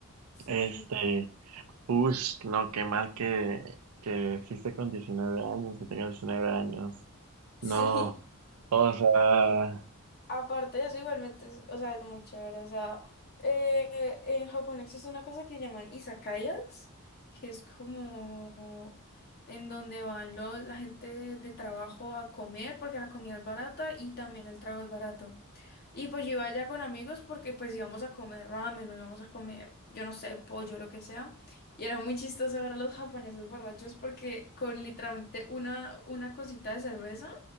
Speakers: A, on the left (about 45°); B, on the right (about 75°).
A: <laughs>
B: Este,
A: Sí,
B: uff, no, qué mal que, que fuiste con 19 años, que tengas 19 años. No,
A: sí.
B: o sea.
A: Aparte de eso, igualmente, es- o sea, es muy chévere. O sea, eh, en Japón existe una cosa que llaman izakayas, que es como en donde van los, la gente de trabajo a comer porque la comida es barata y también el trago es barato. Y pues yo iba allá con amigos porque pues íbamos a comer ramen o íbamos a comer, yo no sé, pollo, lo que sea. Y era muy chistoso ver a los japoneses borrachos porque con literalmente una, una cosita de cerveza